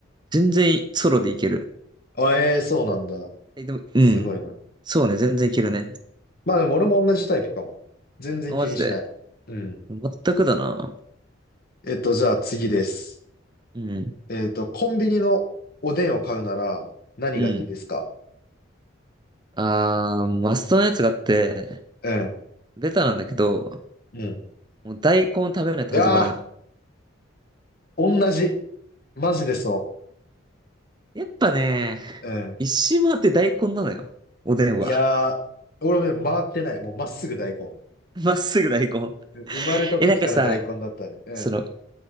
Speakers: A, on the right; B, on the left.
A: 全然ソロでいける。
B: あ、ええそうなんだ。
A: え、でも、うん。
B: すごいな。
A: そうね、全然いけるね。
B: まあでも、俺も同じタイプかも。全然気にしない。
A: あ、マジで。
B: うん。
A: 全くだな。
B: えっと、じゃあ次です。
A: うん。
B: えっと、コンビニのおでんを買うなら何がいいですか
A: うん。あー、マストのやつがあって、
B: うん。
A: ベタなんだけど、
B: うん。
A: もう大根食べないと始まらん。
B: いやー、同じ。マジでそ
A: やっぱね、
B: う。うん。
A: 一周回って大根なのよ。おでんは。
B: いやー、俺もね、回ってない。もうまっすぐ大根。
A: <laughs> まっすぐ大根。
B: うん生まれた時から大根だったね。
A: え、なんかさ、
B: うん。
A: その、